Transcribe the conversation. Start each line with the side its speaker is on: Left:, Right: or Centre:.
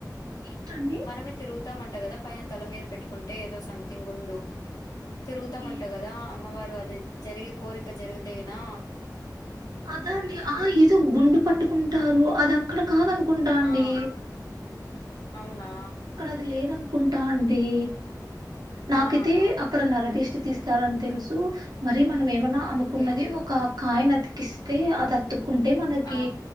Right: ఏంటండి?
Left: మనం తిరుగుతమంట కదా పైన తల మీద పెట్టుకుంటే ఏదో సంథింగ్ ఉండు తిరుగుతామంటావు
Right: ఏ
Left: కదా అమ్మవారు అది జరిగే కోరిక జరిగితే అయినా
Right: అద అండి ఆ ఏదో గుండు పట్టుకుంటారు అది అక్కడ కాదనుకుంట అండి
Left: ఆ అవునా
Right: ది లేదనుకుంటా అండి నాకైతే
Left: ఆ
Right: అ అక్కడ నరటిస్ట్ తీస్తారని తెలుసు మరి మనం ఏమన్న అనుకున్నది
Left: ఓకే
Right: ఒక కాయినతికిస్తే అది అతుక్కుంటే మనకి
Left: ఆ